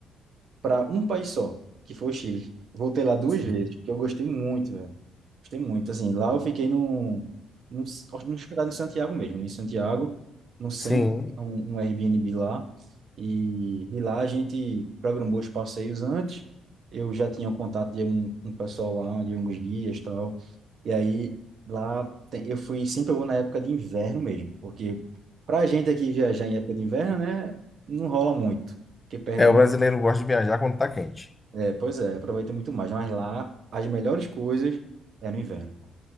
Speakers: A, on the right; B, on the left.
A: para um país só, que foi o Chile. Voltei lá duas
B: Sim.
A: vezes, porque eu gostei muito, velho. Gostei muito, assim, lá eu fiquei num, num, num hospedado em Santiago mesmo, em Santiago, no centro,
B: Sim.
A: um, um Airbnb lá, e de lá a gente programou os passeios antes, eu já tinha um contato de um, um pessoal lá, de alguns guias e tal, e aí lá tem- eu fui, sempre eu vou na época de inverno mesmo, porque pra gente aqui viajar em época de inverno, né, não rola muito, porque perde
B: É,
A: muito
B: o brasileiro gosta de viajar quando tá quente.
A: é, pois é, aproveita muito mais. Mas lá, as melhores coisas é no inverno.